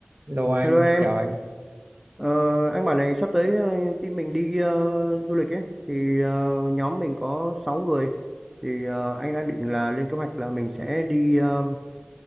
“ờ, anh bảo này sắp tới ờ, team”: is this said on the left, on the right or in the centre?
Centre